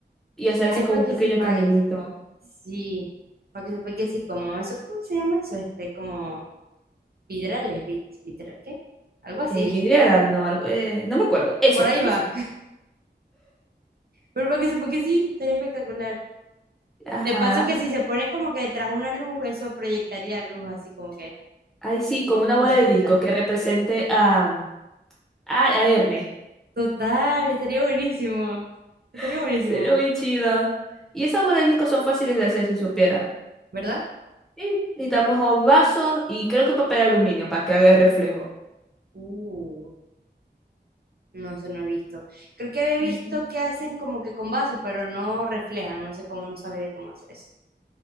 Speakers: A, in the centre; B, on the right.
A: y hacer así
B: Ay,
A: como
B: para
A: un
B: que
A: pequeño
B: sepa.
A: caminito.
B: eh. Sí, porque, porque sí, como eso, ¿cómo se llama eso? Este, como vidrales, vit- vitral, ¿qué? Algo así.
A: Eh, vidriera, no, algo, eh, no me acuerdo.
B: <laughs>
A: Eso.
B: Por ahí va. Pero porque sí, porque sí, estaría espectacular.
A: Ajá.
B: De paso que si se pone como que tras una luz, eso proyectaría luz así como que
A: Ahí sí, con una bola
B: necesita.
A: de disco que represente a, a, a Hermes.
B: Total, estaría buenísimo. Estaría
A: <laughs>
B: buenísimo,
A: Sería muy chido. Y esas bolas de disco son fáciles de hacer si supiera.
B: ¿verdad?
A: Sí, necesitamos o vasos y creo que papel aluminio para que haga el reflejo.
B: Uh, no sé, no he visto. Creo que he visto
A: Mm,
B: que hacen como que con vasos, pero no reflejan. No sé cómo, no sabría cómo hacer eso.